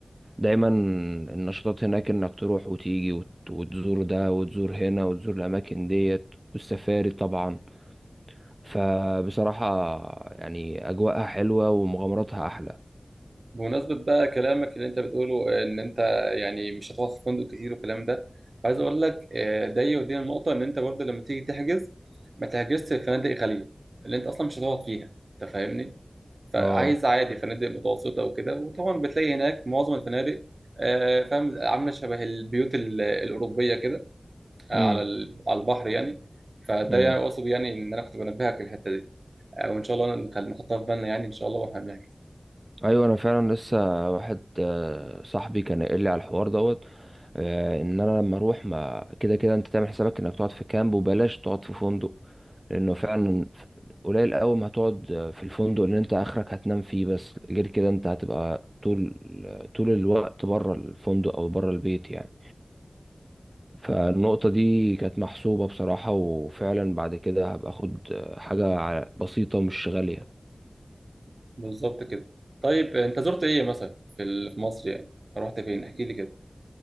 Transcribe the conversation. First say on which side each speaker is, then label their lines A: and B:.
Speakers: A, on the right (about 30°); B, on the right (about 65°).
A: دايما النشاطات هناك انك تروح وتيجي وت- وتزور ده وتزور هنا وتزور الاماكن ديت والسفاري طبعا فبصراحة يعني اجواءها حلوة ومغامراتها احلى
B: بمناسبة بقى كلامك اللي انت بتقوله آه، ان انت يعني مش هتقعد في فندق كتير والكلام ده عايز اقول لك آه، ده يودينا النقطة ان انت برضه لما تيجي تحجز ما تحجزش في فنادق غالية اللي انت اصلا مش هتقعد فيها انت فاهمني فعايز
A: اه
B: عادي فنادق متوسطة وكده وطبعا بتلاقي هناك معظم الفنادق آه، فاهم عاملة شبه البيوت ال- الأوروبية كده آه،
A: امم
B: على ال- على البحر يعني فده
A: امم
B: يعني اقصد يعني ان انا كنت بنبهك الحتة دي آه، وان شاء الله نخل- نحطها في بالنا يعني ان شاء الله واحنا بنحجز
A: ايوه انا فعلا لسه واحد آه، صاحبي كان قايل لي على الحوار دوت آه، ان انا لما اروح ما كده كده انت تعمل حسابك انك تقعد في كامب وبلاش تقعد في فندق لانه فعلا قليل قوي ما هتقعد في الفندق اللي انت اخرك هتنام فيه بس غير كده انت هتبقى طول طول الوقت بره الفندق او بره البيت يعني فالنقطة دي كانت محسوبة بصراحة وفعلا بعد كده هبقى اخد حاجة ع- بسيطة مش غالية
B: بالظبط كده طيب انت زرت ايه مثلا في ال- في مصر يعني رحت فين احكي لي كده